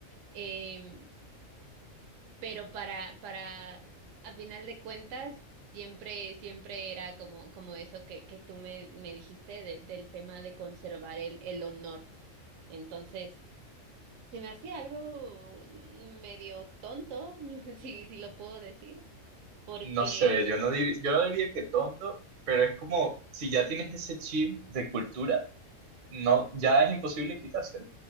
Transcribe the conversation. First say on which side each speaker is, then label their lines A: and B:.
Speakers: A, on the right; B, on the right.
A: Em, pero para, para, a final de cuentas, siempre, siempre era como, como eso que, que tú me, me dijiste de- del tema de conservar el, el honor. Entonces, se me hacía algo medio tonto, <laughs> si, si lo puedo decir, porque
B: No sé, yo no dir- yo no diría que tonto, pero es como si ya tienes ese chip de cultura, no, ya es imposible quitárselo.